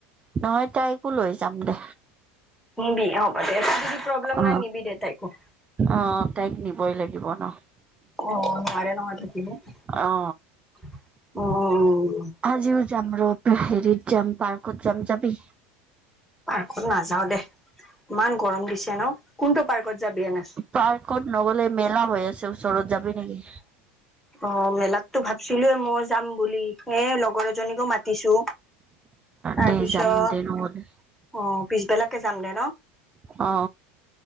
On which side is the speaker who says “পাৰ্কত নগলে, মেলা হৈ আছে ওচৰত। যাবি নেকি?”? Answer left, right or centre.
Right